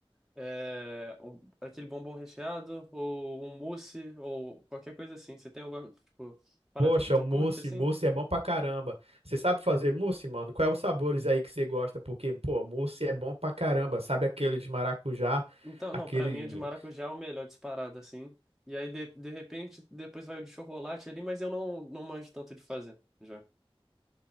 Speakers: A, in the centre; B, on the right.
A: é, um- aquele bombom recheado, ou um mousse, ou qualquer coisa assim. Você tem alguma, tipo, parada
B: Poxa,
A: que tu
B: mousse,
A: curte, assim?
B: mousse é bom pra caramba. Você sabe fazer mousse, mano? Quais os sabores aí que você gosta? Porque, pô, mousse é bom pra caramba. Sabe aquele de maracujá?
A: Então,
B: Aquele.
A: não, pra mim o de maracujá é o melhor disparado, assim. E aí, de, de repente, depois vai o de chocolate ali, mas eu não, não manjo tanto de fazer, já.